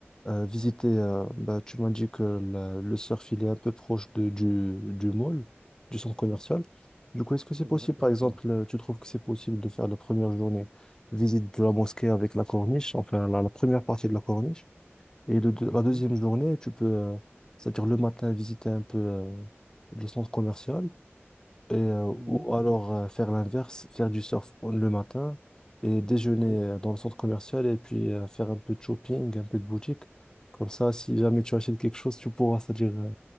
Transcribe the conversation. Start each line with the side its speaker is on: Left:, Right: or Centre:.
Left: euh, visiter.
Right: Ouais.
Left: euh, bah, tu m'as dit que la- le surf il est un peu proche de, du, du mall, du centre commercial. Du coup, est-ce que c'est
Right: Exa-
Left: possible,
Right: effectivement.
Left: par exemple, euh, tu trouves que c'est possible de faire la première journée visite de la mosquée avec la corniche, enfin la la première partie de la corniche? Et le deux-
Right: Mhm.
Left: la deuxième journée, tu peux, euh, c'est-à-dire le matin, visiter un peu euh, le centre commercial et, euh,
Right: Mhm.
Left: ou alors euh, faire l'inverse, faire du surf le matin et déjeuner
Right: Oui.
Left: euh, dans le centre commercial et puis euh, faire un peu de shopping, un peu de boutique. Comme ça, si jamais tu achètes quelque chose, tu pourras, c'est-à-dire euh,